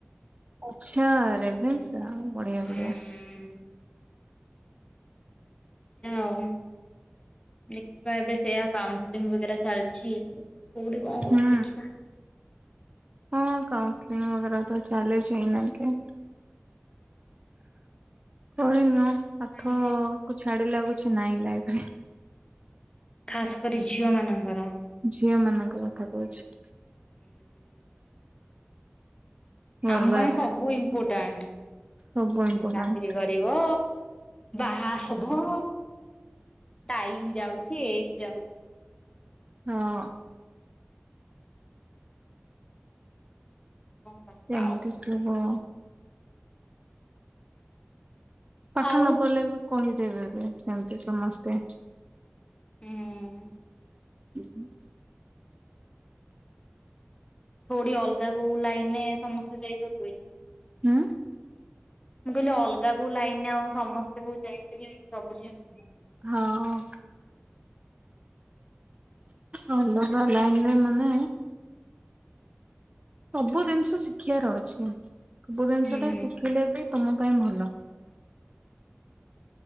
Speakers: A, on the right; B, on the left.
A: ଓ ଆଛା ରେଭେନ୍ସା। ବଢିଆ
B: <inaudible>
A: ବଢିଆ
B: ହଁ। ଦେଖିବା ଏବେ ସେୟା କାଉସିଲ୍ ବଗେରା ଚାଲିଛି କୋଉଠି କଣ ହଉଛି
A: ହୁଁ।
B: ଦେଖିବା?
A: ହଁ କାଉନ୍ସଲିଂ ବଗେରା ତ ଚାଲିଛି ଏଇନାକେ। ପଢିନିଅ ପାଠକୁ
B: ମାନେ
A: ଛାଡିଲେ ଆଉ କିଛି ନାହିଁ ଲାଇଫରେ।
B: ଖାସ କରି ଝିଅ ମାନଙ୍କର।
A: ଝିଅ ମାନଙ୍କ କଥା କହୁଛି।
B: ହୁଁ ହୁଁ ହୁଁ
A: ବର୍ବାଦ
B: ଆମ ପାଇଁ ସବୁ ଇମ୍ପୋର୍ଟାଣ୍ଟ
A: ସବୁ ଇମ୍ପୋର୍ଟାଣ୍ଟ
B: ଚାକିରି କରି କରିବ ବାହାହବ ଟାଇମ ଯାଉ ଛି ଏଇ ଯାଉ
A: ହଁ।
B: କଣ କରିବା
A: ସେମିତି
B: ଆଉ।
A: ଶୁଭ ପାଠ
B: ଆଉ।
A: ନପଢିଲେବି କହିଦେବେ ବି ସେମିତି ସମସ୍ତେ।
B: ହୁଁ।
A: ହୁଁ ହୁଁ
B: କୋଉଠି ଅଲଗା କୋଉ ଲାଇନରେ ସମସ୍ତେ ଯାଇପାରିବେ।
A: ହୁଁ।
B: ମୁଁ କହିଲି ଅଲଗା କୋଉ ଲାଇନରେ ଆଉ ସମସ୍ତେ କୋଉ ଯାଇପାରିବେ କି ସବୁଝିଅମାନେ।
A: ହଁ ହଁ। ଅଲଗା ଲାଇନରେ ମାନେ ସବୁ ଜିନିଷ ଶିଖିବାର ଅଛି ସବୁ ଜିନିଷଟା
B: ହୁଁ।
A: ଶିଖିଲେ ବି ତମ ପାଇଁ ଭଲ।